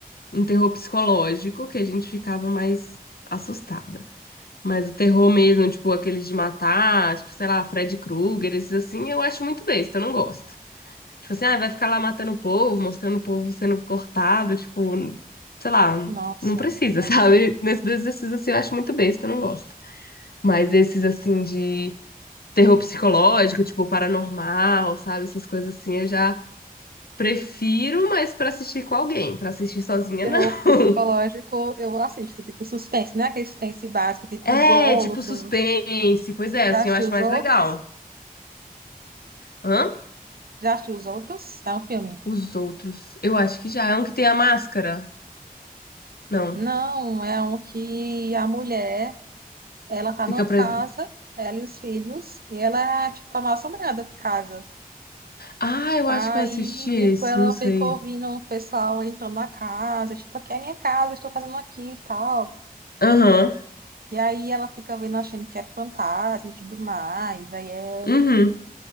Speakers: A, on the left; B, on the right.
A: um terror psicológico que a gente ficava mais assustada. Mas o terror mesmo, tipo, aqueles de matar, tipo, sei lá, Fred Krueger, esses assim, eu acho muito besta, eu não gosto. Tipo assim, ah, vai ficar lá matando o povo, mostrando o povo sendo cortado, tipo, sei lá,
B: Nossa.
A: não precisa, <laughs> sabe? Nesses exercícios assim eu acho muito besta, eu não gosto. Mas esses assim de terror psicológico, tipo, paranormal, sabe? Essas coisas assim, eu já prefiro, mas pra assistir com alguém, pra assistir sozinha,
B: Terror
A: não. <laughs>
B: psicológico, eu assisto. Tipo, suspense, né? Aquele suspense básico, tipo
A: É,
B: Os Outros.
A: tipo suspense. Pois é,
B: Já
A: assim
B: assistiu
A: eu acho
B: Os
A: mais
B: Outros?
A: legal. Hã?
B: Já assistiu Os Outros? É um filme.
A: Os outros. Eu acho que já. É um que tem a máscara. Não.
B: Não, é um que a mulher, ela tá
A: Fica
B: numa casa,
A: preso.
B: ela e os filhos, e ela é, tipo, a mal-assombrada de casa.
A: Ah, eu
B: Aí,
A: acho que eu assisti
B: tipo,
A: esse,
B: ela
A: não sei.
B: fica ouvindo o pessoal entrando na casa, tipo, aqui é minha casa, estou fazendo aqui e tal.
A: Aham.
B: E aí ela fica vendo, achando que é fantasma e tudo mais. Aí é
A: Uhum.